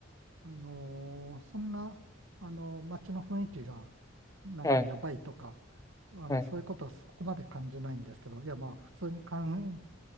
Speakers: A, on the right; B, on the left.
A: あのーそんな、あのー街の雰囲気が、なんかやばいとか、
B: はい。
A: あの、
B: はい。
A: そういうことはそこまで感じないんですけど、いや、まあ、普通に感